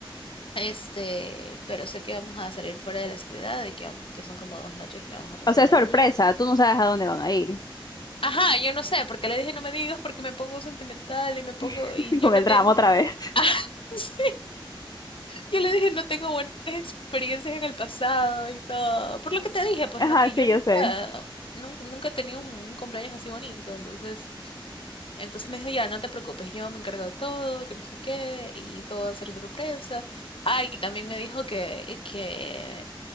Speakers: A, on the left; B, on the left.
A: Este, pero sé que vamos a salir fuera de la ciudad y que, aún- que son como dos noches que vamos a pasar
B: O sea,
A: en
B: es sorpresa,
A: algún lado.
B: tú no sabes a dónde van a ir.
A: Ajá, yo no sé, porque le dije no me digas porque me pongo sentimental y me pongo
B: <laughs>
A: y yo
B: Con
A: no
B: el drama
A: tengo... <laughs>
B: otra vez.
A: Ah, sí. Yo le dije no tengo buenas experiencias en el pasado y todo. Por lo que te dije,
B: <laughs>
A: pues
B: Ajá,
A: no, que yo
B: sí, yo
A: nunca,
B: sé.
A: nunca, nunca he tenido un, un cumpleaños así bonito, entonces... Entonces me dijo, ya, no te preocupes, yo me encargo de todo, que no sé qué, y todo va a ser sorpresa. Ah, y también me dijo que, que,